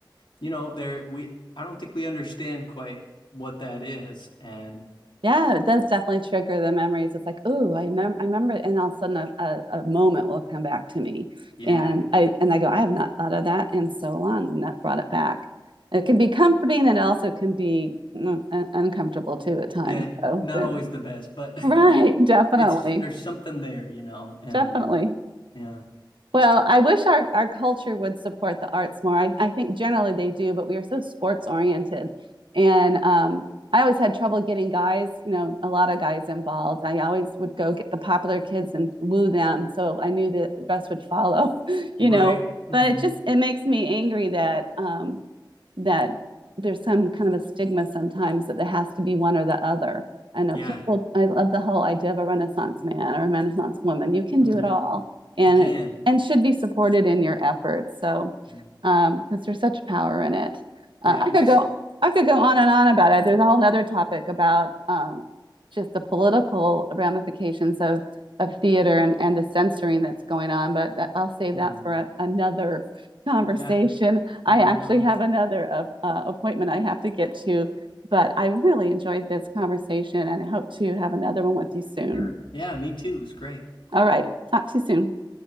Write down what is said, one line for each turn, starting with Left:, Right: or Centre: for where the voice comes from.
Left: you know, there we I don't think we understand quite what that is. And
Right: Yeah, it does definitely trigger the memories. It's like, oh, I mem, I remember, and all of a sudden a, a, a moment will come back to me,
Left: yeah,
Right: and I and I go, I have not thought of that in so long, and that brought it back. And it can be comforting, and it also can be mm, un- uncomfortable too at times.
Left: yeah,
Right: So,
Left: not
Right: the,
Left: always the best, but
Right: right,
Left: <laughs>
Right: definitely,
Left: it's there's something there, you know, and
Right: definitely.
Left: yeah.
Right: Well, I wish our, our culture would support the arts more. I, I think generally they do, but we are so sports oriented. And um, I always had trouble getting guys, you know, a lot of guys involved. I always would go get the popular kids and woo them. So I knew the best would follow, <laughs> you
Left: Right.
Right: know.
Left: hmm
Right: But it just it makes me angry that um, that there's some kind of a stigma sometimes that there has to be one or the other. I know
Left: Yeah.
Right: people, I love the whole idea of a Renaissance man or a Renaissance woman. You can
Left: hmm
Right: do it all and,
Left: You can.
Right: and should be supported in your efforts. So,
Left: hmm
Right: um, because there's such power in it.
Left: Yeah,
Right: Uh, I
Left: my
Right: could go, I could go on and on about it. There's a whole nother topic about, um, just the political ramifications of, of theater and, and the censoring that's going on, but that, I'll save
Left: hmm
Right: that for a, another conversation.
Left: Yeah,
Right: I
Left: no
Right: actually
Left: problem.
Right: have another uh, uh, appointment I have to get to, but I really enjoyed this conversation and I hope to have another one with you soon.
Left: Sure. Yeah, me too. It's great.
Right: All right, talk to you soon.